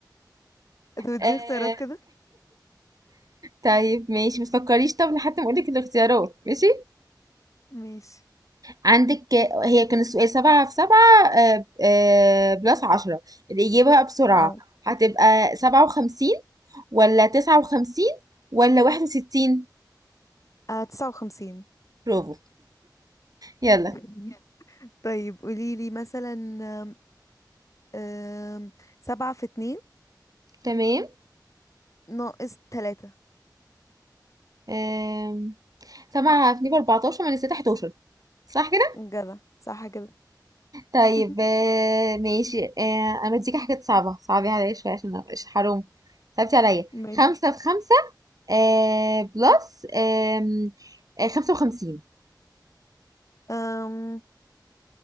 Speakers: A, on the left; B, on the right.
A: طب اديني
B: آه
A: اختيارات كده
B: طيب ماشي ما تفكريش طب لحد ما اقولك الاختيارات ماشي
A: ماشي
B: عندك آه، هي كان السؤال سبعة في سبعة آه آه بلس عشرة الإجابة بقى بسرعة
A: أو
B: هتبقى سبعة وخمسين ولا تسعة وخمسين ولا واحد وستين
A: آه تسعة وخمسين
B: برافو يلا
A: <laughs> طيب قولي لي مثلا آم، آم، سبعة في اتنين
B: تمام
A: ناقص تلاتة
B: آم، سبعة في اتنين بأربعتاشر من الستة حداشر صح كده؟
A: جدع صح كده
B: طيب
A: <laughs>
B: آه، ماشي آه، انا اديكي حاجات صعبة صعبي عليا شوية عشان ما ابقاش حرام صعبتي عليا
A: ماشي
B: خمسة في خمسة آه، بلس آم، آه، خمسة وخمسين
A: أم...